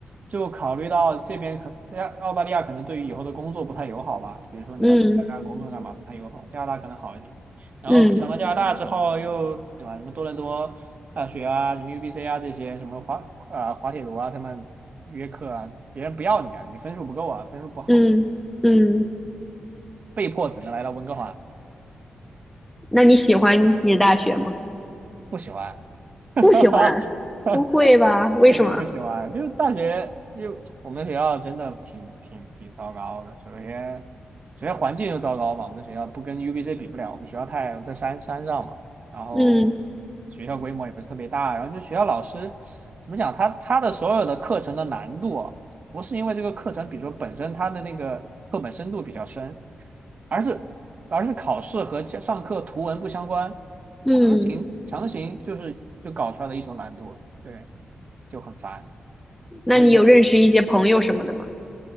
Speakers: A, on the right; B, in the centre.
A: 就考虑到这边可澳大利亚可能对于以后的工作不太友好吧，比如说你要留在那儿工作干嘛，
B: 嗯
A: 不太友好。加拿大可能好一点。然后想到加拿大之后又，
B: 嗯
A: 对吧？什么多伦多大学啊，什么 UBC 啊这些，什么滑啊、呃滑铁卢啊，他们约课啊，别人不要你啊，你分数不够啊，分数不好，
B: 嗯嗯，
A: 对，被迫只能来到温哥华。
B: 那你喜欢你的大学吗？
A: 不喜欢，<laughs>
B: 不喜欢，
A: 哈哈，
B: 不会吧？为什么？
A: 肯定不喜欢。就是大学，就我们学校真的挺挺挺糟糕的。首先，首先环境就糟糕嘛，我们的学校不跟 UBC 比不了，我们学校太在山山上嘛，然后
B: 嗯
A: 学校规模也不是特别大，然后就学校老师怎么讲，他他的所有的课程的难度啊，不是因为这个课程，比如说本身它的那个课本深度比较深，而是而是考试和教上课图文不相关。强行强行就是就搞出来的一种难度，
B: 嗯，
A: 对，就很烦。
B: 那你有认识一些朋友什么的吗？
A: 我也没有